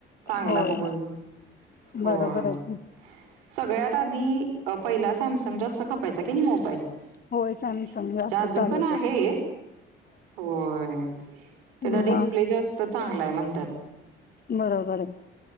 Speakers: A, on the right; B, on the left.
A: चांगला
B: होय
A: बघून होय.
B: बरोबर आहे की.
A: सगळ्यात आधी पहिला सॅमसंग जास्त खपायचा कणी मोबाईल. म्हणजे
B: होय सॅमसंग जास्त
A: अजून
B: चालत
A: पण आहे
B: होत
A: होय त्याचा
B: म
A: डिस्प्ले जास्त चांगला आहे म्हणतात.
B: बरोबर आहे.